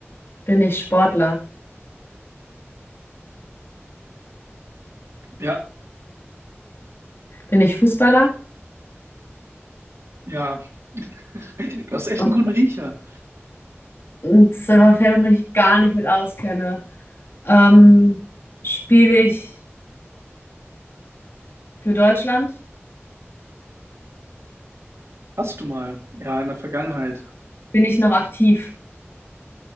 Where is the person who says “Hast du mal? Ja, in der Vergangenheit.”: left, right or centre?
Right